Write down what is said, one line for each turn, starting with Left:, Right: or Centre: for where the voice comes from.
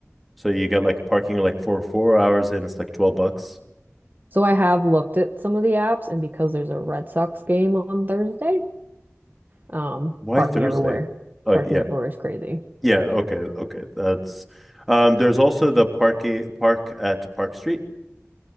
Centre: So you get like parking like for four hours and it's like 12 bucks.
Right: So I have looked at some of the apps, and because there's a Red Sox game on Thursday, um,
Centre: Why
Right: parking
Centre: Thursday?
Right: everywhere.
Centre: Oh
Right: Parking
Centre: yeah.
Right: everywhere is crazy.
Centre: Yeah, okay, okay. That's um there's also the parking park at Park Street.